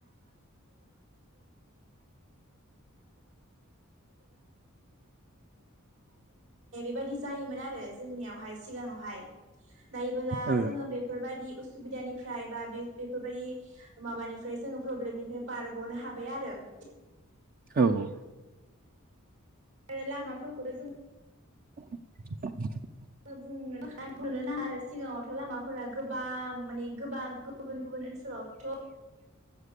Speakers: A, on the right; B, on the right.
A: बायाददि जायोमोन आरो जोंनियावहाय सिगाङावहाय। थायोबोला
B: औ
A: जोङो बेफोरबायदि। उसुबिदानिफ्राय बा बे बेफोरबायदि।
B: औ औ।
A: आरो लामाफोरखौ जों।
B: <inaudible>
A: नो नाङा आरो सिगाङावथ' लामाफोरा गोबां माने गोबां। गुबुन गुबुननसोलाव थ